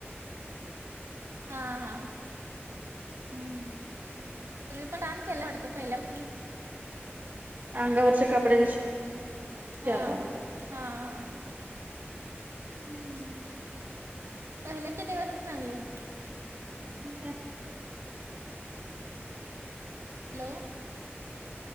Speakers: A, on the right (about 80°); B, on the right (about 45°).
A: हा, हा. हं. तुम्ही पण काम केलं वाटतं, पहिल्यापसुन.
B: अंगावरच्या कपड्यांशी
A: हा.
B: आलो आम्ही
A: हा, हा. हम्. पहिल्याचे दिवसच चांगले होते.
B: मग काय?
A: हॅलो.